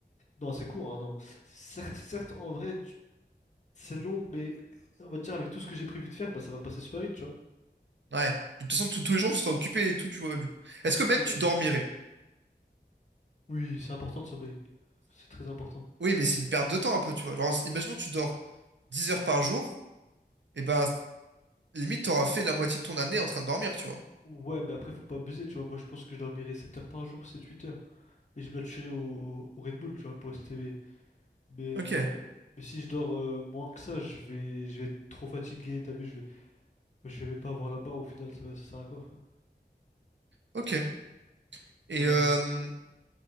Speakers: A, on the left (about 40°); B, on the right (about 85°).
A: Non, c'est court, un an. Certes, certes, en vrai... tu- C'est long, mais on va dire avec tout ce que j'ai prévu de faire, bah ça va passer super vite, tu vois.
B: Ouais. De toute façon, tous tous les jours, tu seras occupé et tout, tu vois, du coup. Est-ce que
A: Ouais.
B: même tu dormirais?
A: Oui, c'est important de sommeil. C'est très important.
B: Oui, mais c'est une perte de temps un peu, tu vois. Genre, imaginons que tu dors 10 heures par jour, et ben, limite, t'auras fait la moitié de ton année en train de dormir, tu vois.
A: Ouais, mais après, faut pas abuser, tu vois. Moi, je pense que je dormirai 7 heures par jour, sept-huit heures. Et je me la tuerai au, au Red Bull, tu vois, pour rester éveillé. Mais,
B: Ok,
A: euh, mais si je dors euh, moins que ça, je vais, je vais être trop fatigué, t'as vu, je vais, je vais même pas avoir la barre au final, ça, va- ça sert à quoi, frère?
B: ok. Et
A: Non,
B: euh,
A: ça-